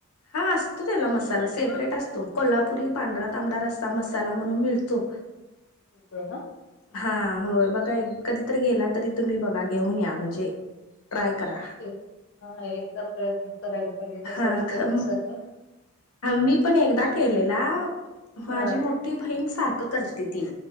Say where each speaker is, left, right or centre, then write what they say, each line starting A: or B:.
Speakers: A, on the left; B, on the left.
A: हा असतो त्याला मसाला सेपरेट असतो, कोल्हापुरी पांढरा
B: हा
A: तांबडा रस्सा मसा ला म्हणून मिळतो.
B: येतो ना.
A: हा, होय बघा कधीतरी गेला तरी तुम्ही बघा घेऊन या म्हणजे ट्राय करा
B: एक हा एकदा प्रयत्न करायला पाहिजे कसं
A: हा
B: होतंय
A: खर
B: कसं
A: म,
B: नाही
A: मी पण एकदा केलेला माझी
B: हा
A: मोठी बहीण सार ख करते ती.